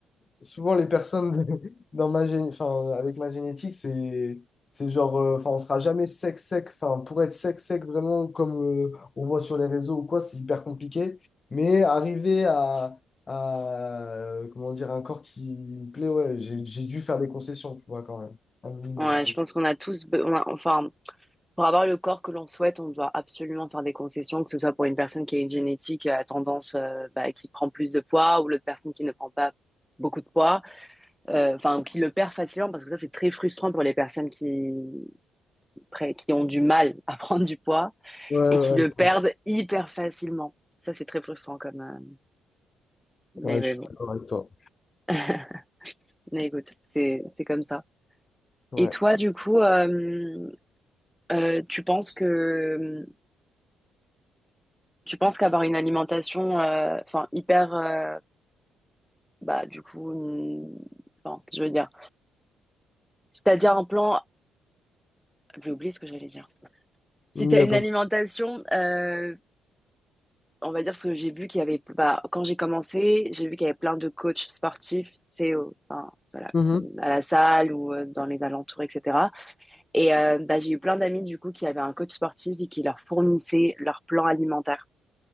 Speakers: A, on the left; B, in the centre.
A: souvent les personnes de- <laughs> dans ma gé- enfin, avec ma génétique, c'est c'est genre, euh, enfin, on sera jamais sec, sec. Enfin, pour être sec, sec, vraiment, comme euh, on voit sur les réseaux ou quoi, c'est hyper compliqué. Mais arriver à, à, euh, comment dire, un corps qui me plaît, ouais, j'ai j'ai dû faire des concessions, tu vois, quand même. Un minimum.
B: Ouais,
A: Donc,
B: je pense qu'on a tous, be- on a- enfin, pour avoir le corps que l'on souhaite, on doit absolument faire des concessions, que ce soit pour une personne qui a une génétique à tendance, euh, bah, qui prend plus de poids, ou l'autre personne qui ne prend pas beaucoup de poids, euh, enfin, ou qui le perd facilement, parce que ça, c'est très frustrant pour les personnes qui, qui, pré- qui ont du mal à <laughs> prendre du poids
A: Ouais, ouais,
B: et qui le
A: ouais, c'est
B: perdent
A: vrai.
B: hyper facilement. Ça, c'est très frustrant comme, euh, mais,
A: Ouais,
B: mais
A: je suis
B: bon.
A: d'accord avec toi.
B: <laughs> Mais écoute, c'est, c'est comme ça.
A: Ouais,
B: Et toi, du coup, euh, euh, tu penses que Tu penses qu'avoir une alimentation, euh, enfin, hyper, euh, bah, du coup, une- enfin, je veux dire, si t'as déjà un plan, j'ai oublié ce que j'allais dire. Si
A: il
B: t'as
A: n'y a
B: une
A: pas
B: alimentation,
A: de...
B: euh, on va dire ce que j'ai vu qu'il y avait, bah, quand j'ai commencé, j'ai vu qu'il y avait plein de coachs sportifs, tu sais, au- enfin, voilà,
A: Mhm.
B: à la salle ou euh, dans les alentours, etc. Et euh, bah, j'ai eu plein d'amis, du coup, qui avaient un coach sportif et qui leur fournissait leur plan alimentaire.